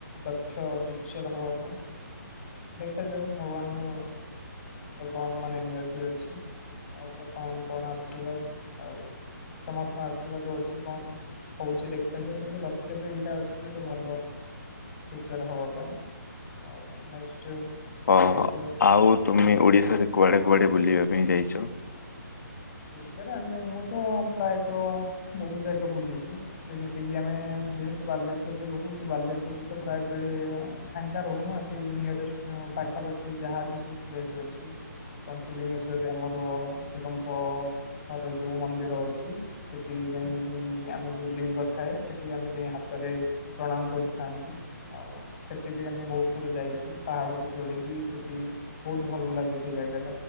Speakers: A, on the left; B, on the left.
A: ଦକ୍ଷ ଟିଚର ହବା ପାଇଁ। ଦେଖା ଯାଉ ଭଗବାନଙ୍କ କଣ ମାନେ ନିୟତି ଅଛି, ଆଉ ବା କଣ କଣ ଆଶୀର୍ବାଦ ଆଉ। ସମସ୍ତଙ୍କ ଆଶୀର୍ବାଦ ଅଛି ତ? ହଉଛି ଦେଖାଯାଏ, କିନ୍ତୁ ଲକ୍ଷ୍ୟ ତ ଏଇଟା ଅଛି ଯେ ଗୋଟେ ଭଲ ଟିଚର ହବା ପାଇଁ, ଆଉ ନେକ୍ସଟ
B: ଓହୋ
A: ଦେଖିବା।
B: ଆଉ ତୁମେ ଓଡିଶାରେ କୁଆଡେ କୁଆଡେ ବୁଲିବା ପାଇଁ ଯାଇଚ?
A: ଓଡ଼ିଶାରେ ଆମେ ମୁଁ ତ ପ୍ରାୟତଃ ବହୁତ ଜାଗା ବୁଲିଚି। ଯେମିତିକି ଆମେ ଯେହେତୁ ବାଲେଶ୍ଵରରେ ରହୁଚୁ ବାଲେଶ୍ୱର ରେ ତ ପ୍ରାୟବେଳେ ଫାଙ୍କା ରହୁନ ଆସିକି ନିୟରେଷ୍ଟ ପାଖାପାଖି ଯାହା ବିି ସବୁ ପ୍ଲେସ୍ ଅଛି ଏମିତି ପଞ୍ଚୁଲିଙ୍ଗେଶ୍ଵରରେ ଆମର ଶିବଙ୍କର ଯଉ ମନ୍ଦିର ଅଛି। ସେଠି ଯାଇ ଆମେ ଯୋଉ ଲିଙ୍ଗ ଥାଏ ସେଠି ଆମେ ଯାଇ ହାତରେ ପ୍ରଣାମ କରିଥାନ୍ତି, ଆଉ ସେଠି ବି ଆମେ ବହୁତ ଥର ଯାଇଛୁ, ପାହାଡ଼କୁ ଚଢ଼ିକି ସେଠି ବହୁତ ଭଲ ଲାଗେ ସେ ଜାଗା।